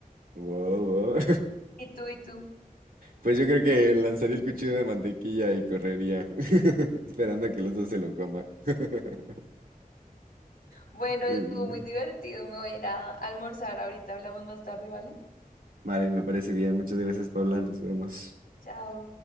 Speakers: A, on the right (about 70°); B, on the left (about 80°).
A: wow, wow. <laughs>
B: ¿Y tú y tú?
A: Pues yo creo que lanzaría el cuchillo de mantequilla y correría, <laughs> esperando a que los dos se lo coma. <laughs>
B: Bueno, estuvo
A: Mm.
B: muy divertido, me voy a ir a almorzar, ahorita hablamos más tarde, ¿vale?
A: Vale, me parece bien. Muchas gracias, Paula. Nos vemos.
B: Chao.